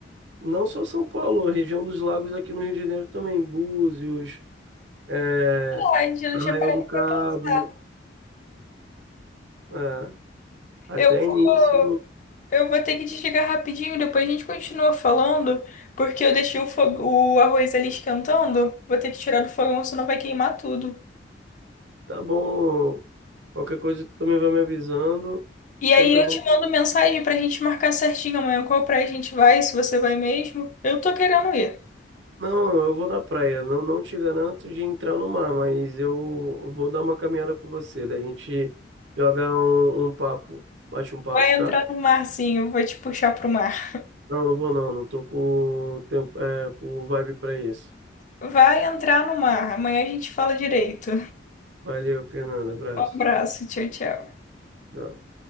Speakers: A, on the right (about 75°); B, on the left (about 45°).
A: Não só São Paulo, a região dos lagos aqui no Rio de Janeiro também, Búzios, é,
B: Verdade, eu não
A: Arraial
B: tinha parado
A: do Cabo,
B: pra pensar.
A: é, até
B: Eu vou,
A: nisso
B: eu vou ter que desligar rapidinho, depois a gente continua falando, porque eu deixei o, fo- o arroz ali esquentando. Vou ter que tirar do fogão, senão vai queimar tudo.
A: Tá bom. Qualquer coisa tu também vai me avisando.
B: E
A: Sempre
B: aí eu
A: vou.
B: te mando mensagem pra gente marcar certinho amanhã qual praia a gente vai, se você vai mesmo. Eu tô querendo ir.
A: Não, eu vou na praia. Não, não te garanto de entrar no mar, mas eu vou dar uma caminhada com você. Daí a gente joga um, um papo, bate um papo,
B: Vai entrar
A: tá?
B: no mar, sim, eu vou te puxar pro mar.
A: Não, não vou não. Não tô com tempo, é, com vibe pra isso.
B: Vai entrar no mar. Amanhã a gente fala direito.
A: Valeu, Fernanda. Abraço.
B: Um abraço, tchau, tchau.
A: Tchau.